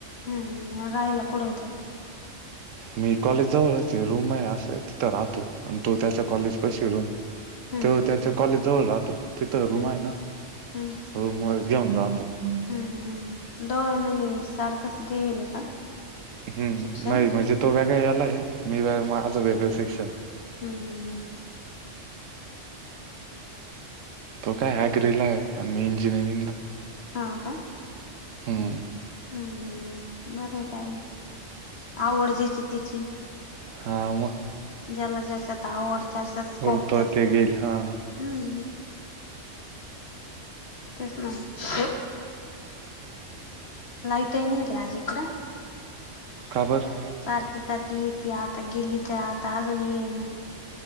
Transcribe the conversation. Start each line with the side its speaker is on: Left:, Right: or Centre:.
Left: हम् हम् राहिला कुठं इथं
Right: मी कॉलेजजवळच रूम आहे असे तिथं राहतो आणि तो त्याच्या कॉलेज पैशी रूम
Left: हम्म
Right: तो
Left: हम्म
Right: त्याच्या कॉलेज जवळ राहतो तिथं रूम
Left: हम्म
Right: आहे ना
Left: हम्म
Right: रूम घेऊन राहतो मग
Left: हम्म हम्म हम्म हम् दोघं नाही सारखंच घेईल आहे का
Right: हम्म
Left: शिक्षण
Right: नाही म्हणजे तो वेगळा याला आहे मी व माझं वेगळं शिक्षण
Left: हम् हम् हम्
Right: तो काय ऍग्री ला आहे आणि मी इंजिनिअरिंग ला
Left: हा का
Right: हम्
Left: हम् बरं आहे काय ना आवड ज्याची त्याची
Right: हा मग
Left: ज्याला ज्याच्यात आवड जाच्यात स्कोप
Right: बोलतो
Left: त्या्च्यात
Right: ते घेईल हा
Left: हम् तेच ना लाइटइ नाही रे आज इकडं
Right: का बरं
Left: सारखी जाती येती आता गेली तर आता अजून येईन